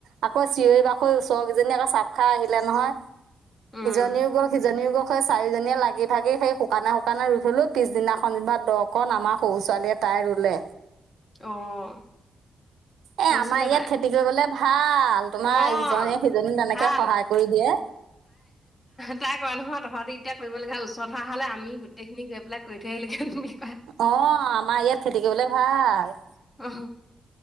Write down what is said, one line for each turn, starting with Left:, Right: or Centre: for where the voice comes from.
Right: আকৌ চিঞৰি বাখৰিৰ ওচৰ ইজনী আকৌ চাপ খাই আহিলে নহয়
Left: উম,
Right: ইজনীও জনী গক সেই চাৰিজনীয়ে লাগি ভাগি সেই শুকানে শুকানে ই থলো পিছদিনাখন যেনিবা দকন আমাৰ সৰু ছোৱালীয়ে তাই ৰুলে,
Left: অ',
Right: এ
Left: কৈছিলে
Right: আমাৰ ইয়াত
Left: তাই
Right: খেতি কৰিবলে ভাল, তোমাৰ
Left: অ',
Right: ইজীয়ে সিজনী তেনেকে
Left: ভাল
Right: সহায় কৰি দিয়ে।
Left: এ কৰা নহয় তহঁতি এতিয়া কৰিবলগীয়া হ ওচৰত হোৱা হ'লে আমি গোটেইখিনি গৈ পেলাই কৰি থৈ আহিলোগে
Right: অ', আমাৰ ইয়াত খেতি কৰিবলে ভাল।
Left: অ',